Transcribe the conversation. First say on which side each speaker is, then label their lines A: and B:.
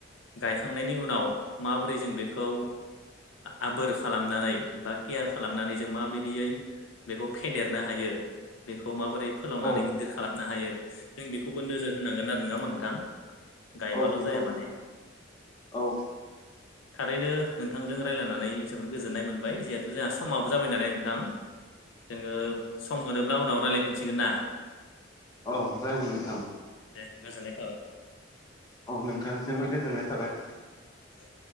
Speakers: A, on the left (about 85°); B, on the left (about 20°).
A: गायखां खांनायनि उनाव माबोरै जों बेखौ आबोर खालामनानै बा केयार खालामनानै जों माबायदियै बेखौ फेदेरनो हायो बेखौ माबोरै फोलावनानै
B: औ
A: गिदिर खालामनो हायो जों बेखौबो नोजोर होनांगोन आरो नङा होमबा नोंथां गायबाल'
B: औ नंगौ
A: जाया
B: नोंथां
A: माने
B: औ
A: थारैनो नोंथांजों रायज्लायनानै जोबोर गोजोननाय मोनबाय जिहेथु जोंहा समाबो जाबाय नालाय नोंथां
B: <inaudible>
A: जोङो सम मोनोब्ला उनाव रायज्लायफिनसिगोन ना
B: औ जागोन नोंथां
A: दे गोजोननाय
B: औ नोंथांनिसिमबो गोजोननाय थाबाय
A: दे